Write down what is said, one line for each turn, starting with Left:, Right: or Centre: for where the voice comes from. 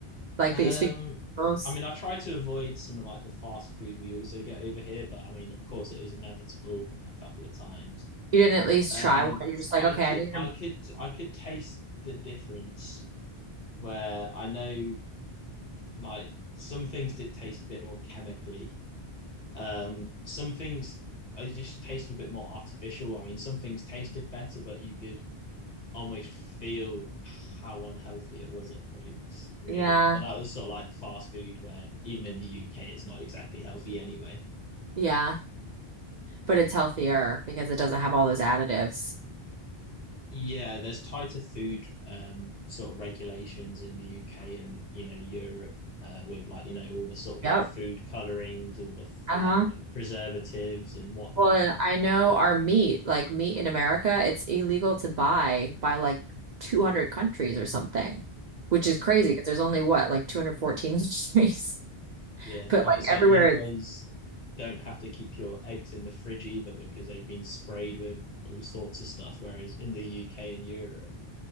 Right: Like,
Left: Um,
Right: but you speak chemicals.
Left: I mean, I try to avoid some of like the fast food we also get over here, but I mean, of course, it was inevitable a couple of times.
Right: You didn't at least
Left: Um,
Right: try one. You're just
Left: I
Right: like, okay,
Left: could,
Right: I need them.
Left: I could, I could taste the difference where I know like some things did taste a bit more chemically. Um, some things I just tasted a bit more artificial. I mean, some things tasted better, but you could almost feel how unhealthy it was at points, really.
Right: Yeah,
Left: But that was sort of like fast food, where even in the UK, it's not exactly healthy anyway.
Right: yeah. But it's healthier because it doesn't have all those additives.
Left: Yeah, there's tighter food um, sort of regulations in the UK and you know Europe uh, with like you know all the sort of
Right: Yep.
Left: like food colorings, all the
Right: Uh-huh.
Left: like you know preservatives and whatnot.
Right: Well, and I know our meat, like meat in America, it's illegal to buy by like 200 countries or something, which is
Left: Mm.
Right: crazy because there's only what, like 214 countries. <laughs>
Left: Yeah,
Right: But
Left: and
Right: like
Left: it's
Right: everywhere
Left: like you guys
Right: it's
Left: don't have to keep your eggs in the fridge either because they've been sprayed with all sorts of stuff. Whereas in the UK and Europe,